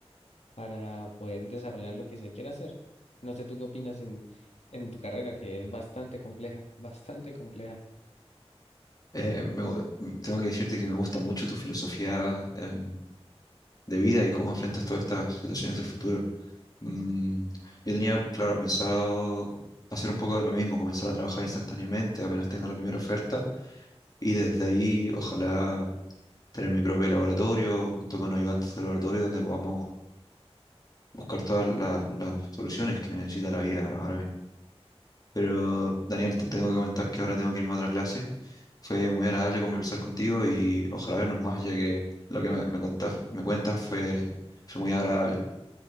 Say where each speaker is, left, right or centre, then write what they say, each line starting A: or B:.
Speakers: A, on the left (about 85°); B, on the left (about 35°).
A: para poder desarrollar lo que se quiera hacer. No sé tú qué opinas en, en tu carrera, que es bastante compleja, <laughs> bastante compleja.
B: Eh, me gu- tengo que decirte que me gusta mucho tu filosofía, em, de vida y cómo enfrentas todas estas situaciones del futuro. Mm, yo tenía, claro, pensado hacer un poco de lo mismo, comenzar a trabajar instantáneamente apenas tenga la primera oferta y desde ahí ojalá tener mi propio laboratorio junto con ayudantes de laboratorio donde podamos buscar todas la- las soluciones que necesita la vida ahora mismo. Pero Daniel, te tengo que comentar que ahora tengo que irme a otra clase. Fue muy agradable conversar contigo y ojalá vernos más, ya que lo que me, me contás- me cuentas fue, fue muy agradable.